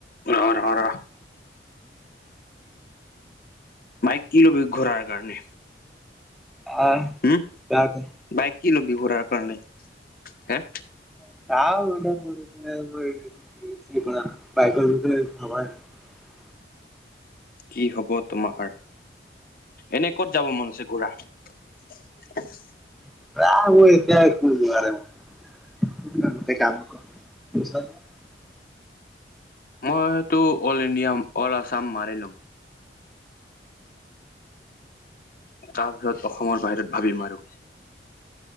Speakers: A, on the left; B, in the centre.
A: ৰ-ৰ-ৰ। বাইক কি লবি ঘূৰাৰ কাৰণে?
B: আহ
A: উম
B: তাৰ ক
A: বাইক কি লবি ঘূৰাৰ কাৰণে? হে?
B: <unintelligible>
A: কি হব তোমাৰ। এনে ক'ত যাব মন আছে ঘূৰা? <inaudible>
B: <unintelligible> <unintelligible>
A: মইতো অল ইণ্ডিয়া, অল আছাম মাৰি লম। তাৰপিছত অসমৰ বাহিৰত ভাবি আৰু।